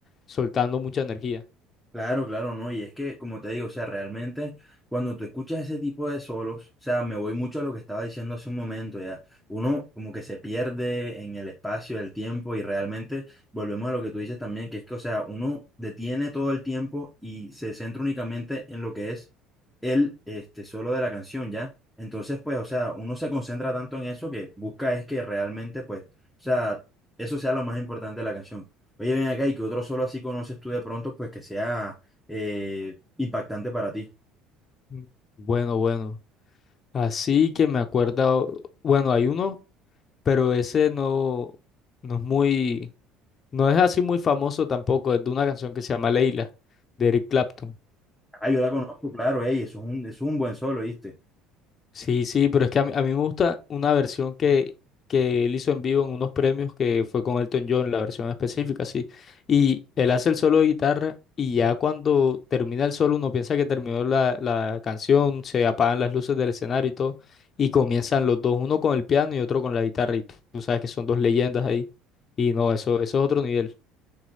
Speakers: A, on the left; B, in the centre.
A: soltando mucha energía.
B: Claro, claro, no, y es que, como te digo, o sea, realmente cuando tú escuchas ese tipo de solos, o sea, me voy mucho a lo que estaba diciendo hace un momento, ya, uno como que se pierde en el espacio, el tiempo, y realmente volvemos a lo que tú dices también, que es que, o sea, uno detiene todo el tiempo y se centra únicamente en lo que es el este, solo de la canción, ya. Entonces, pues, o sea, uno se concentra tanto en eso que busca es que realmente, pues, o sea, eso sea lo más importante de la canción. Oye, ven acá y que otro solo así conoces tú de pronto, pues que sea eh, impactante para ti.
A: Mm. Bueno, bueno. Así que me acuerdo, bueno, hay uno, pero ese no, no es muy, no es así muy famoso tampoco, es de una canción que se llama Leila, de Eric Clapton,
B: Ah, yo la conozco, claro, ey, eso es un, eso es un buen solo, ¿viste?
A: Sí, sí, pero es que a mí, a mí me gusta una versión que, que él hizo en vivo en unos premios que fue con Elton John, la versión específica, sí. Y él hace el solo de guitarra y ya cuando termina el solo uno piensa que terminó la, la canción, se apagan las luces del escenario y todo, y comienzan los dos, uno con el piano y otro con la guitarra, y tú, tú sabes que son dos leyendas ahí. Y no, eso, eso es otro nivel.